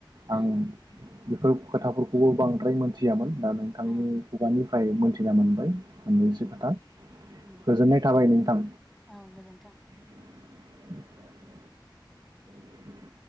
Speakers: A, in the centre; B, on the right.
A: औ
B: आं। बेफोर खोथाफोरखौबो बांद्राय मोनथियामोन। दा नोंथांनि
A: उम
B: खुगानिफ्राय। निफ्राय मोनथिना मोनबाय। मोननैसो
A: उम
B: खोथा
A: उम
B: गोजोननाय थाबाय नोंथां।
A: औ गोजोन्थों
B: <inaudible> औ।